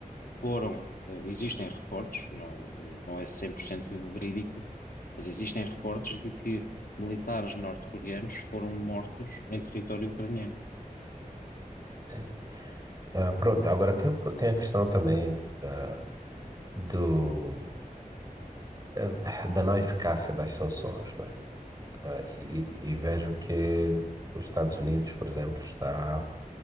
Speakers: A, on the left; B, on the right.
A: foram, ah, existem reportes, não, não é 100% verídico, mas existem reportes de que militares norte-coreanos foram mortos em território ucraniano.
B: sim. Ah, pronto, agora tem, o pro- tem a questão também ah, do, ah, da não eficácia das sanções, Ah, e, e vejo que os Estados Unidos, por exemplo, está